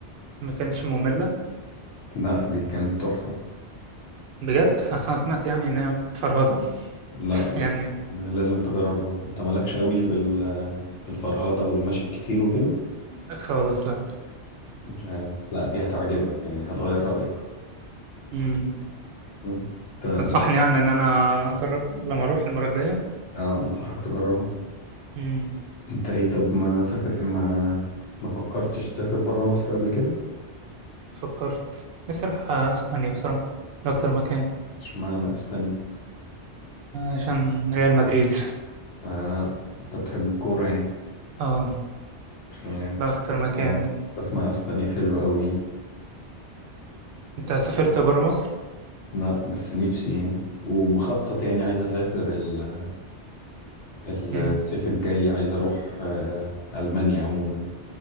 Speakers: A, on the right (about 65°); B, on the left (about 80°).
A: ما كانتش مملة
B: لا دي كانت تحفه
A: بجد أصل انا سمعت يعني ان هي فرهضة
B: لا
A: <laughs>
B: بس
A: يعني
B: آه، لازم تجربها انت مالكش قوي في ال- في الفرهده والمشي الكتير وكده
A: خالص لا
B: مش عارف. بس لا دي هتعجبك يعني هتغير رايك
A: امم
B: انت م-
A: تنصحني يعني ان انا اجرب لما اروح المرة الجاية
B: آه، انصحك تجربها
A: امم
B: انت ايه طب ما سافر ما ما فكرتش تسافر بره مصر قبل كده
A: فكرت نفسي اروح اسبانيا بصراحة ده اكتر مكان
B: اشمعنى اسبانيا
A: عشان ريال مدريد
B: آه انت بتحب الكوره
A: <laughs>
B: يعني
A: اه
B: مش عارف،
A: ده
B: بس
A: اكتر
B: بسمع
A: مكان
B: بسمع اسبانيا حلوه قوي
A: انت سافرت بره مصر
B: لا بس نفسي يعني وبخطط يعني عايز اسافر ال- الصيف
A: مم.
B: الجاي عايز اروح آه، المانيا عموما